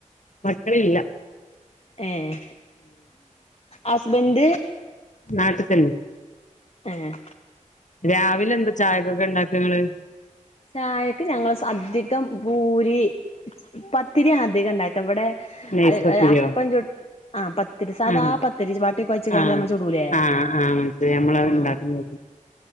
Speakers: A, on the left; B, on the left.
A: മക്കളില്ല
B: ഏഹ് ഹസ്ബൻഡ്
A: നാട്ടിതന്നെ
B: ഏഹ്
A: രാവിലെന്താ ചായക്കൊക്കെണ്ടാക്കങ്ങള്?
B: ചായക്ക് ഞങ്ങള് അധികം പൂരി, പത്തിരിയാണധികണ്ടാക്ക ഇവടെ
A: നൈസ്
B: അത്
A: പത്തിരിയോ
B: അത് അപ്പം ചുട്ട് ആഹ് പത്തിരി സാധാ
A: ആഹ്
B: പത്തിരി വാട്ടികൊഴച്ച്കാണ്ട്
A: ആഹ്
B: നമ്മള് ചൂടൂലേ?
A: ആഹ് ആഹ് മനസ്സിലായി നമ്മള
B: ആഹ്
A: ഉണ്ടാക്കുന്നത്